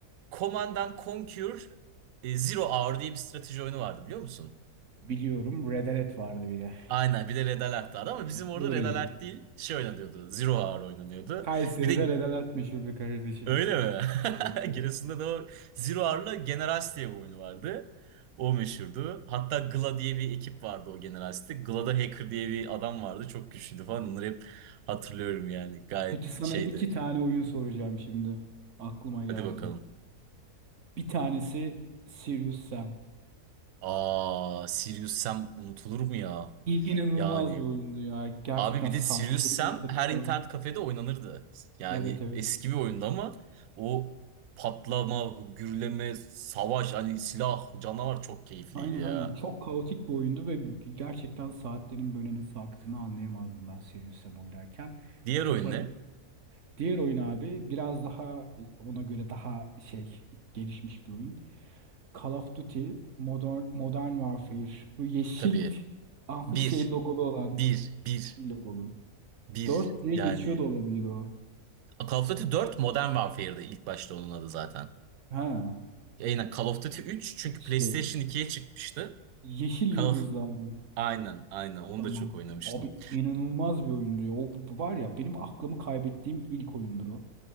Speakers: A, on the right (about 70°); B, on the right (about 55°).
A: Command and Conquer e, Zero Hour diye bir strateji oyunu vardı biliyor musun?
B: Biliyorum Red Alert vardı bir de.
A: Aynen bir de Red Alert vardı ama bizim orada
B: Nuri.
A: Red Alert değil şey oynanıyordu. Zero Hour oynanıyordu.
B: Kayseri'de
A: Bir de
B: Red Alert meşhurdu kardeşim.
A: Öyle mi?
B: Peki.
A: <laughs> Giresun'da da o Zero Hour'la Generals diye bir oyunu vardı. O meşhurdu. Hatta Gla diye bir ekip vardı o Generals'te. Gla'da Hacker diye bir adam vardı. Çok güçlüydü falan. Onları hep hatırlıyorum yani. Gayet
B: Peki sana
A: şeydi.
B: iki tane oyun soracağım şimdi. Aklıma geldi.
A: Hadi bakalım.
B: Bir tanesi Serious Sam.
A: Aa, Sirius Sam unutulur mu ya?
B: İnanılmaz
A: Yani
B: bir oyundu ya. Gerçekten
A: abi bir
B: saatlerin
A: de Sirius Sam
B: dakikalar.
A: her internet kafede oynanırdı. Yani
B: Evet evet.
A: eski bir oyundu ama o patlama, gürleme, savaş hani silah, canavar çok keyifliydi
B: Aynen
A: ya.
B: aynen. Çok kaotik bir oyundu ve gerçekten saatlerin böyle nasıl aktığını anlayamazdım ben Serious Sam oynarken.
A: Diğer
B: Bütün
A: oyun
B: para...
A: ne?
B: Diğer oyun abi biraz daha ona göre daha şey gelişmiş bir oyun. Call of Duty Modern, Modern Warfare. Bu yeşil
A: Tabii
B: <laughs> ah
A: bir,
B: bir şey logolu olan
A: bir, bir,
B: yeşil logolu.
A: bir.
B: 4 diye
A: Yani
B: geçiyor da olabilir o.
A: Call of Duty dört Modern Warfare'da ilk başta onun adı zaten.
B: Ha
A: Aynen Call of Duty üç çünkü
B: işte
A: PlayStation ikiye çıkmıştı.
B: yeşil yıldızlandı.
A: Call of... Aynen aynen onu
B: Tamam.
A: da çok oynamıştım.
B: Abi inanılmaz bir oyundu ya. O bu- var ya benim aklımı kaybettiğim ilk oyundur o.